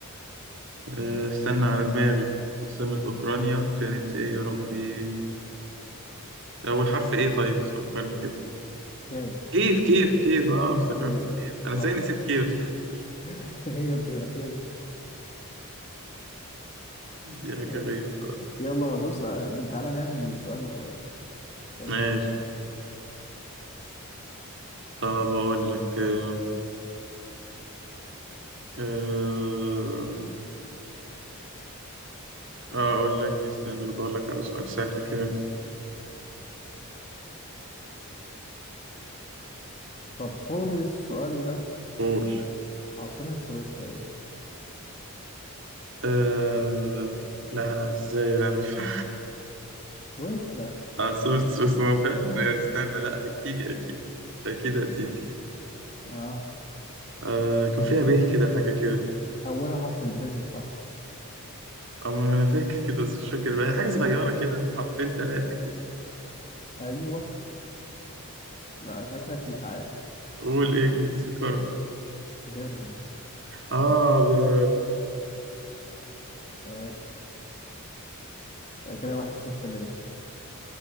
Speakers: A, on the right (about 55°); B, on the left (about 30°).
A: آه، استنى على دماغي عاصمة أوكرانيا كانت ايه يا ربي أول حرف ايه طيب فكرني كده
B: كيف
A: كيف كيف كيف اه افتكرت
B: ايوه
A: كيف أنا ازاي
B: صح
A: نسيت كيف <laughs>
B: <laughs> هي بتبقى كده
A: دي حاجة
B: ماشي
A: غريبة خالص.
B: يلا بص تعالى نعمل سؤال وسؤال في السريع
A: ماشي.
B: بقى
A: طب أقول لك آه، آه، أقول لك استنى بدور لك على سؤال سهل كده
B: طب خد السؤال ده
A: قول
B: عاصمة سويسرا ايه
A: أه لا لا إزاي لا مش <laughs>
B: سويسرا
A: آه، بس بس بس ما هو فعلا يعني استنى لا هتيجي أكيد أكيد هتيجي
B: اه
A: أه كان فيها به كده حاجة كده
B: اولها حرف الب صح
A: أما أنا فاكر كده بس مش فاكر بقى حاجة صغيرة كده حرفين تلاتة كده
B: ايوه لا شكلك مش عارف
A: قول إيه كده سكر
B: بيرن
A: آه بير
B: ماشي كده واحد صفر ليا